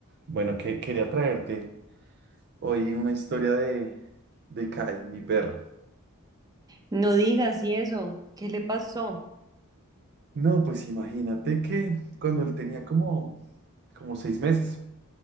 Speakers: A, on the right (about 50°); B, on the right (about 15°).
A: Bueno, que, quería traerte hoy una historia de, de Kai, mi perro.
B: No digas y eso, ¿qué le pasó?
A: No, pues imagínate que cuando él tenía como, como seis meses,